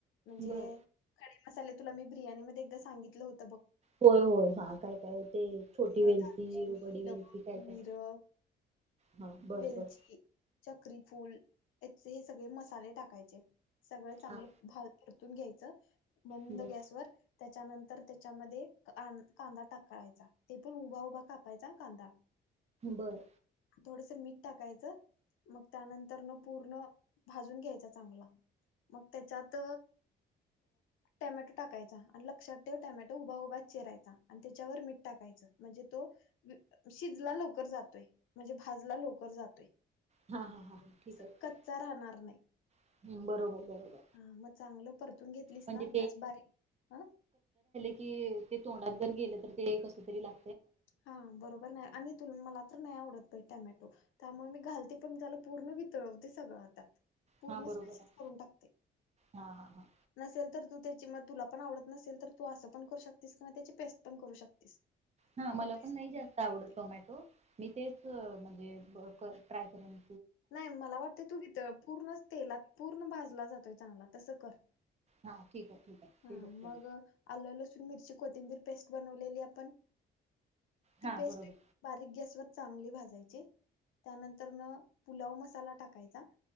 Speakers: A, on the left (about 85°); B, on the right (about 35°).
A: म्हंजे
B: बर
A: खडे मसाले <inaudible> तुला मी बिर्याणीमध्ये एकदा सांगितलं होतं बग
B: होय होय हां काय? काय? ते छोटी
A: दालचिनी
B: वेलची बडी वेलची
A: लवंग
B: काय काय?
A: मिरं
B: हा बर
A: वेलची
B: बर
A: चक्री फूल हेचे हे सगळे मसाले टाकायचे सगळं चांगलं
B: हा
A: भाजू परतून घ्यायचं मंद
B: बर
A: गॅसवर त्याच्यानंतर त्याच्यामध्ये आ् कांदा टाकायचा ते पण उभा उभा कापायचा कांदा
B: बरं
A: थोडस मीठ टाकायचं मग त्यानंतर न पूर्ण भाजून घ्यायच चांगला मग त्याच्यात टॅमॅटो टाकायचा आणि लक्षात ठेव. टॅमॅटो उभा उभा चीरायचा आणि त्याच्यावर मीठ टाकायचं म्हणजे तो शिजला लवकर जातोय. म्हणजे भाजला लवकर जातोय
B: हा हा हा
A: <unintelligible>
B: हा ठीक आहे
A: कच्चा
B: ठीक
A: राहणार नाही
B: आहे हम्म, बरोबर बरोबर
A: हा मग चांगलं परतून घेतलीस
B: म्हणजे
A: ना गॅस बारीक हं
B: कि ते तोंडात जर गेले तर ते कस तरी लाग
A: हा बरोबर नाय आणि तु मला तर <unintelligible> टॉमॅटो त्यामुळे मी घालते कम झालं पूर्ण वितळवते ते सगळ आता पूर्ण
B: हा बरोबर
A: मॅशच
B: आहे
A: करून टाकते
B: हा हा हा
A: नसेल तर तू त्याची म तुला पण आवडत नसेल तर तू असं पण करू शकतेस किंवा त्याची पेस्ट पण करू शकतेस.
B: हा
A: आपण
B: मला
A: पेस्ट
B: पण नाही जास्त
A: करू शकते.
B: आवडत टॉमॅटो मी ते कअ म्हणजे ब क ट्राय करून
A: नाही मला वाटतय तू पूर्ण तेलात पूर्ण भाज जला जातोय चांगला तस कर
B: <inaudible> आहे
A: हा
B: ते बघते
A: मग
B: मी.
A: आल्ल, लसून, मिरची, कोथिंबीर पेस्ट बनवलेली आपण ती
B: हा
A: पेस्ट
B: बरोबर
A: बारीक गॅस वर चांगली भाज जायची त्यानंतर न पुलाव मसाला टाकायचा